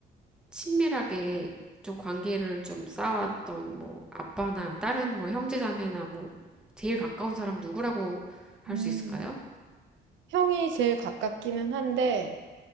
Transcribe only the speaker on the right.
음.
형이 제일 가깝기는 한데